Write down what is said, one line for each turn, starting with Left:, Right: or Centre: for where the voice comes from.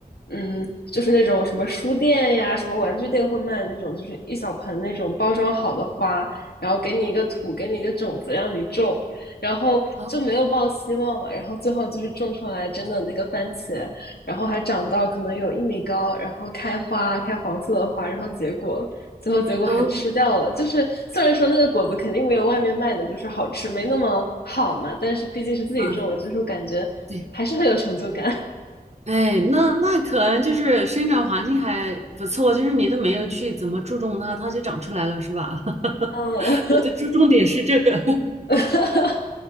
Left: 嗯，就是那种什么书店呀、什么玩具店会卖那种，就是一小盆那种包装好的花，然后给你一个土，给你一个种子让你种，然后就没有抱希望嘛，
Right: 好，
Left: 然后最后就是种出来真的那个番茄，然后还长到可能有一米高，然后开花，开黄色的花，然后结果。最后结果还吃掉了。
Right: 嗯
Left: 就是虽然说那个果子肯定没有外面卖的就是好吃，没那么好嘛，但是毕竟是自己种的，
Right: 嗯。
Left: 就是感觉还是很有成就感。
Right: 对，哎，那那可能就是生长环境还不错，就是你都没有去怎么注重它，它就长出来了，是吧？<laughs>
Left: 嗯
Right: 我的注重点是这个，
Left: <laughs>，